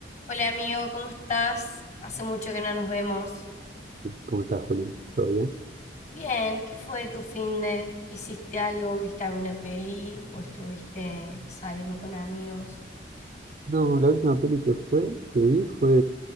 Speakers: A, on the left; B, on the right.
A: Hola amigo, ¿cómo estás? Hace mucho que no nos vemos.
B: ¿Cómo estás, Juli? ¿Todo bien?
A: Bien, ¿qué fue de tu fin de? ¿Hiciste algo? ¿Viste alguna peli? ¿O estuviste saliendo con amigos?
B: No, la última peli que fue, que vi fue